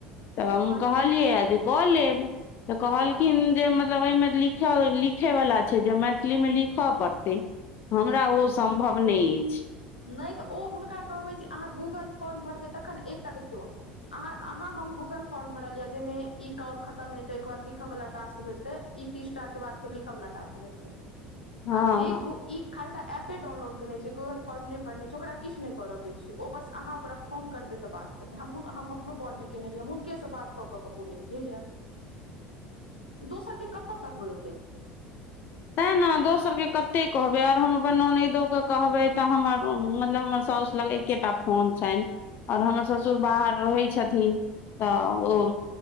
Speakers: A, on the left (about 45°); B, on the left (about 80°).
A: तऽ
B: बात
A: कहलिए हन जे कऽ लेब तऽ कहलखिन
B: हँ
A: जे मतलब एहिमे लिखे वला छै जे मैथिली मे लिखअ पड़तै हमरा ओ सम्भव नइ अछि
B: नइ तऽ ओ हुनका कहबै जे अहाँ गूगल फॉर्म भरबै तखन एकटा देखियौ आहाँ आहाँ हम गूगल फोर्म भरलिया जेहिमे ई कॉल खतम हेते ओके बाद लिखय वाल टास्क भेट तऽ ई तीसटा के बाद फेर लिखावला टाक्स भेटतै
A: हँ
B: आ जे
A: हँ
B: गु ई खालटा एपे डाउनलोड कने छै गूगल फॉर्म नहि भरने छै ओकरा किछ नहि करके छै ओ बस अहाँ ओकरा फोन करबै तऽ बात करतै हमहु हम अपनो बरमे कयने रहि हम हुनकेसँ बात कऽ कऽ के पुरेलियै यै दोसर कऽ केतअ तकबै ओते
A: तेँ ने दोसरके कते कहबै आओर हम अपन ननैदोे कहबै तऽ हमर मतलब हमर साउस लगै एकेटा फोन छैन आओर हमर ससुर बाहर रहै छथिन तऽ ओ